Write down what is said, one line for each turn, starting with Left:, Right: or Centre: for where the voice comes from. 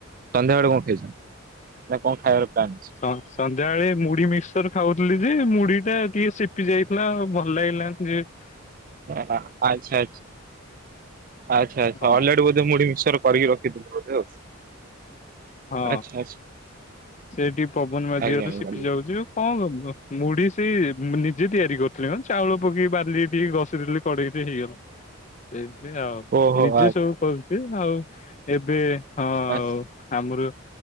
Right: ସନ୍ଧ୍ୟାବେଳେ କଣ ଖାଇଛନ୍ତି? ନା କଣ ଖାଇବାର ପ୍ଲାନ୍ ଅଛି?
Left: ସ ସନ୍ଧ୍ୟାବେଳେ ମୁଢି ମିକ୍ସର ଖାଉଥିଲି। ଯେ ମୁଢ଼ିଟା ଟିକେ ସେପି ଯାଇଥିଲା ଭଲ ଲାଗିଲାନି ଯେହେତୁ।
Right: ଆ ଆଚ୍ଛା ଆଚ୍ଛା ଆଚ୍ଛା ଆଚ୍ଛା
Left: ହଁ
Right: ଅଲରେଡି ବୋଧେ ମୁଢ଼ି ମିକ୍ସ ଚର କରିକି ରଖିଥିଲେ ବୋଧେ ଆଉ।
Left: ହଁ
Right: ଆଚ୍ଛା ଆଚ୍ଛା
Left: ସେଠିକି ପବନ ମାଝିଗଲେ
Right: ଆଜ୍ଞା ଆଜ୍ଞା
Left: ସିପି ଯାଉଛି ଆଉ କଣ ଦବୁ? ମୁଢ଼ି ସେ ନିଜେ ତିଆରି କରିଥିଲେି ବା ଚାଉଳ ପକେଇକି ବାଲିରେ ଟିକେ ଘଷି ଦେଲେ କଡ଼େଇରେ ହେଇଗଲା। ସେନ୍ତି ଆଉ
Right: ଓହୋ
Left: ନିଜେ
Right: ଆଚ୍ଛା
Left: ସବୁ କରୁଛି ଆଉ ଏବେ ହଁ
Right: ଆସ୍।
Left: ଆମର